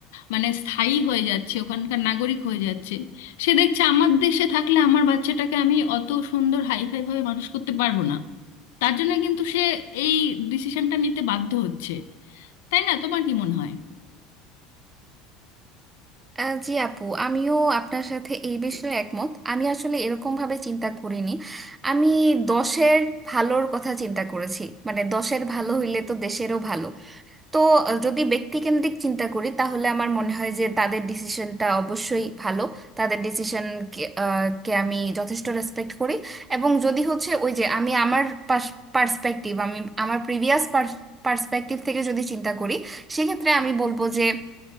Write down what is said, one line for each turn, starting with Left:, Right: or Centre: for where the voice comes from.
Left: মানে স্থায়ী হয়ে যাচ্ছে ওখানকার নাগরিক হয়ে যাচ্ছে সে দেখছে আমার দেশে থাকলে আমার বাচ্চাটাকে আমি অত সুন্দর হাইফাই ভাবে মানুষ করতে পারবো না তার জন্য কিন্তু সে এই ডিসিশনটা নিতে বাধ্য হচ্ছে তাই না তোমার কি মনে হয়
Right: আহ, জি আপু আমিও আপনার সাথে এই বিষয়ে একমত আমি আসলে এরকম ভাবে চিন্তা করিনি আমি দশের ভালোর কথা চিন্তা করেছি মানে দশের ভালো হইলে তো দেশেরও ভালো তো আহ, যদি ব্যক্তিকেন্দ্রিক চিন্তা করি তাহলে আমার মনে হয় যে তাদের ডিসিশনটা অবশ্যই ভালো তাদের ডিসিশন কে আহ, কে আমি যথেষ্ট রেসপেক্ট করি এবং যদি হচ্ছে ওই যে আমি আমার পার্সপেক্টিভ আমি আমার প্রিভিয়াস পার্সপেক্টিভ থেকে যদি চিন্তা করি সেক্ষেত্রে আমি বলবো যে